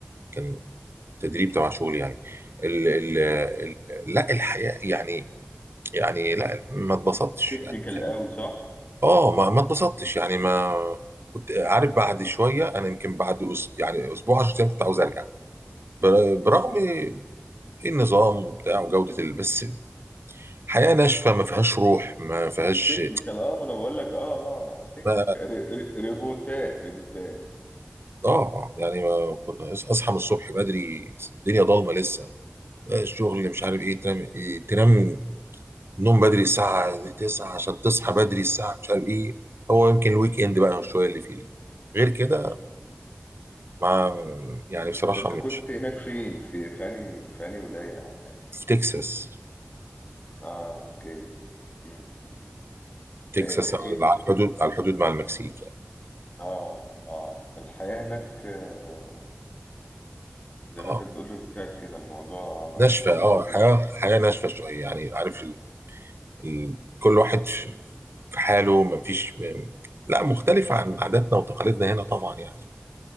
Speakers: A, on the right; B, on the left.
A: كان تدريب تبع شغل يعني ال... ال... ال... لا الحياه يعني يعني لا ما اتبسطتش
B: تكنيكال
A: يعني
B: قوي صح؟
A: اه ما ما اتبسطتش يعني ما كنت عارف بعد شويه انا يمكن بعد أس... يعني اسبوع 10 ايام كنت عاوز ارجع بر- برغم
B: مم.
A: إيه النظام وبتاع وجوده ال... بس حياه ناشفه ما فيهاش روح ما فيهاش
B: تكنيكال اه ما انا بقول لك اه اه تكنيكال
A: ما...
B: ريبوتات ريبوتات
A: اه آه، يعني ما كنا أص- اصحى من الصبح بدري الدنيا ضلمه لسه الشغل مش عارف ايه تنام إيه تنام نوم بدري الساعه 9 عشان تصحى بدري الساعه مش عارف ايه هو يمكن الويك اند بقى شويه اللي فيه غير كده
B: مم.
A: مع يعني بصراحة
B: ده انت
A: مش
B: كنت هناك فين في في انهي في انهي ولاية او حاجة
A: في تكساس
B: اه اوكي مم، مم.
A: تكساس
B: ايه
A: على
B: ايه الح...
A: الحدود على الحدود مع المكسيك يعني
B: اه اه الحياة هناك آه، زي ما
A: اه
B: انت بتقول ريبوتات كده الموضوع ما
A: ناشفة
B: ما فيهوش
A: اه
B: اي
A: حياة
B: حاجة
A: حياة ناشفة شوية يعني عارف ال... ال... كل واحد في في حاله مفيش م- لا مختلف عن عاداتنا وتقاليدنا هنا طبعا يعني